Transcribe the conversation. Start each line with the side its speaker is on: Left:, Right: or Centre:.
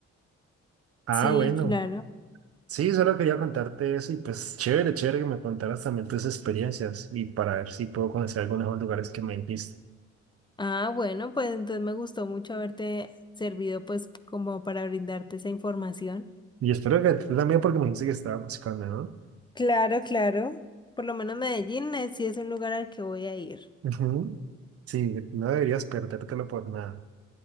Right: Ah,
Left: Sí,
Right: bueno.
Left: claro.
Right: Sí, solo quería contarte eso y pues chévere, chévere que me contaras también tus experiencias y para ver si puedo conocer algunos de los lugares que me dijiste.
Left: Ah, bueno, pues entonces me gustó mucho haberte servido pues como para brindarte esa información.
Right: Y espero que tú también, porque me dijiste que estaba buscando, ¿no?
Left: Claro, claro. Por lo menos Medellín eh, sí es un lugar al que voy a ir.
Right: Ujú. Sí, no deberías perdértelo por nada.